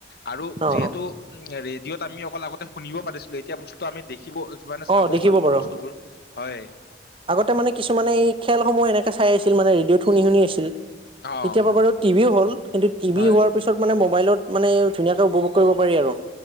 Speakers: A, on the left; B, on the right.
A: আৰু
B: অ অ
A: যিহেতু উম ৰেডিঅত আমি অকল আগতে শুনিব পাৰিছিলো এতিয়া বস্তুটো আমি দেখিব মানে চাবও
B: অ দেখিব
A: পাৰো
B: বাৰু
A: ন বস্তুবোৰ হয়
B: আগতে মানে কিছুমানে এই খেলসমূহ এনেকে চাই আছিল মানে ৰেডিঅ' শুনি শুনি আছিল
A: অ
B: এতিয়া
A: হয়
B: বা বাৰু
A: হয়
B: টিভিও হ'ল কিন্তু টিভি
A: হয়
B: হোৱাৰ পিছত মানে মোবাইলত মানে ধুনীয়াকে উপভোগ কৰিব পাৰি আৰু